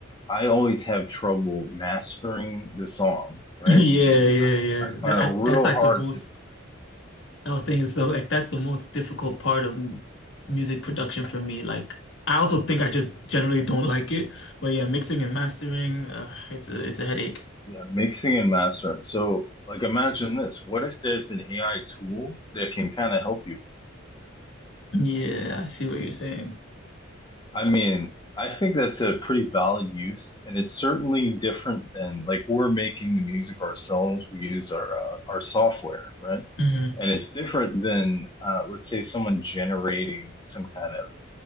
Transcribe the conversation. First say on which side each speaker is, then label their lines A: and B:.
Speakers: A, on the left; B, on the left.
A: I always have trouble mastering the song,
B: <laughs>
A: right?
B: Yeah, yeah,
A: I
B: yeah.
A: I
B: That
A: find
B: I,
A: it
B: that's
A: real
B: like
A: hard
B: the most
A: to
B: I was saying so like that's the most difficult part of m- music production for me. Like I also think I just generally don't like it, but yeah, mixing and mastering, uh, it's a it's a headache.
A: yeah, mixing and mastering. So, like, imagine this. What if there's an AI tool that can kind of help you?
B: Yeah, I see what you're saying.
A: I mean, I think that's a pretty valid use, and it's certainly different than like we're making the music ourselves. We use our uh, our software, right?
B: hmm
A: And it's different than uh, let's say someone generating some kind of